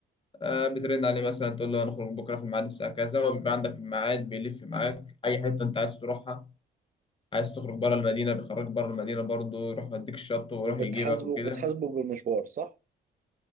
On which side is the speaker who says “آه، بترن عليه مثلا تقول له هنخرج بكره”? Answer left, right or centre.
Left